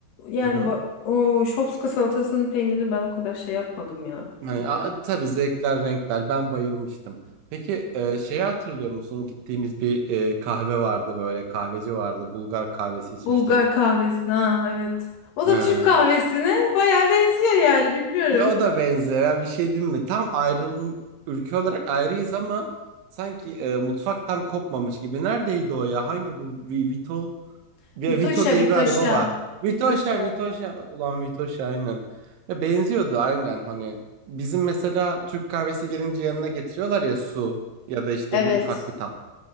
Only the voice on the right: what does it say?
Hı hı.
Hani,
a- tabii zevkler, renkler. Ben bayılmıştım. Peki e, şeyi hatırlıyor musun? Gittiğimiz bir e, kahve vardı böyle. Kahveci vardı. Bulgar kahvesi içmiştik.
Hı.
Ve O da benziyor. Ya bir şey diyeyim mi? Tam ayrılım ülke olarak ayrıyız ama sanki e, mutfak tam kopmamış gibi. Neredeydi o ya? Hangi bu Vi- Vito?
Ya
Vito diye
bir araba var. Vitoşa,
Vitoşa. Ulan Vitoşa aynen. Ya benziyordu aynen hani. Bizim mesela Türk kahvesi gelince yanına getiriyorlar ya su ya da işte
bir ufak bir tat.